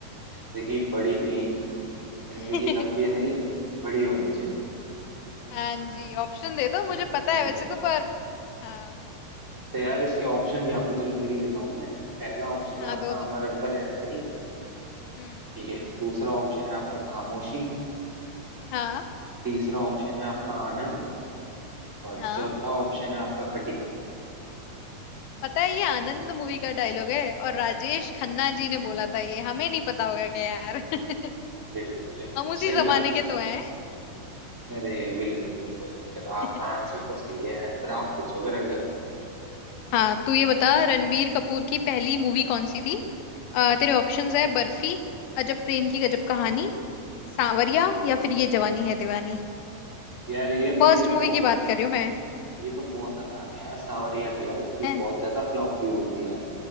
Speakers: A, on the right; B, on the left.
A: जिंदगी बड़ी नहीं जिंदगी
B: <laughs>
A: लंबी नहीं बड़ी होनी चाहिए
B: हाँ जी ऑप्शन दे दो मुझे पता
A: ठीक
B: है वैसे
A: है
B: तो पर हाँ
A: तो यार इसके ऑप्शन भी आपको चलो दे ही देता हूँ मैं पहला ऑप्शन
B: हाँ
A: है आपका
B: दो
A: अमर
B: दो
A: अकबर एंथनी
B: हम्म
A: ठीक है दूसरा ऑप्शन है आपका खामोशी
B: हाँ
A: तीसरा ऑप्शन है आपका आनंद और
B: हाँ
A: चौथा ऑप्शन है आपका खटीपना
B: पता है ये आनंद मूवी का डायलॉग है और राजेश खन्ना जी ने बोला था ये हमें नहीं पता होगा क्या यार <laughs>
A: बिल्कुल
B: हम उसी
A: सही
B: जमाने
A: बात है
B: के तो हैं
A: अरे बिल्कुल बिल्कुल चलो आपका
B: <laughs>
A: आंसर तो सही है यार फिर आप पूछो फिर अगला
B: हाँ तू ये बता रणबीर कपूर की पहली मूवी कौन सी थी अ, तेरे ऑप्शंस है बर्फी अजब प्रेम की गजब कहानी सांवरिया या फिर ये जवानी है दीवानी
A: यार ये तो
B: फर्स्ट
A: ये तो
B: मूवी
A: बहुत
B: की बात कर रही हूँ मैं
A: ये तो बहुत आसान है यार सांवरिया थी यार उसकी
B: हैं?
A: बहुत ज्यादा फ्लॉप भी हुई थी यार